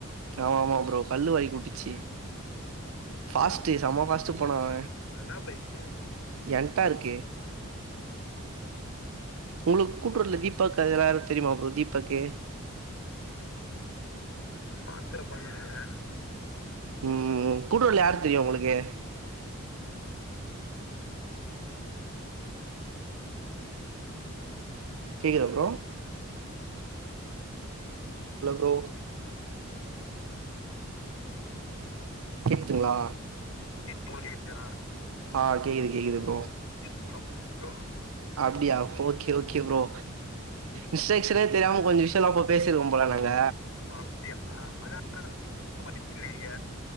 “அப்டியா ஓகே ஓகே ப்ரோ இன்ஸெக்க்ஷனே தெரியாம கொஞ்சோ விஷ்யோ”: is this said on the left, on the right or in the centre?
Right